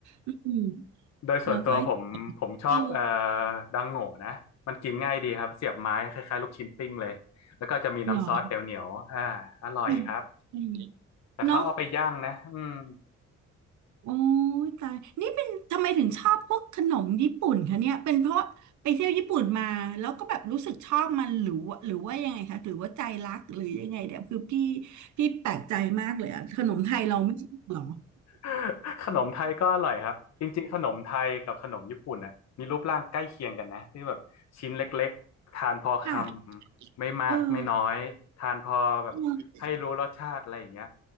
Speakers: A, on the right; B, on the left.
A: อืม
B: โดยส่วนตัวผมผมชอบเอ่อ
A: แล้วก็ไอ้เออ
B: ดังโง่นะมันกินง่ายดีครับเสียบไม้คล้ายๆลูกชิ้นปิ้งเลยแล้วก็จะมีน้ำซอสเดี๋ยวเหนียวๆอ่าอร่อยครับ
A: หรออืมอืม
B: แต่เขาเอาไปย่างนะอืม
A: เนาะ โอ้ยตายนี่เป็นทำไมถึงชอบพวกขนมญี่ปุ่นคะเนี่ยเป็นเพราะไปเที่ยวญี่ปุ่นมาแล้วก็แบบรู้สึกชอบมันหรือว่าหรือว่ายังไงคะ หรือว่าใจรักหรือยังไงเดี๋ยวคือพี่พี่แปลกใจมากเลยอะขนมไทยเราไม่ชอบเหรอ
B: <laughs> ขนมไทยก็อร่อยครับจริงๆขนมไทยกับขนมญี่ปุ่นน่ะมีรูปร่างใกล้เคียงกันนะที่แบบชิ้นเล็กๆทานพอคำไม่มากไม่น้อยทานพอแบบให้รู้รสชาติอะไรอย่างเงี้ย
A: ค่ะเออเออ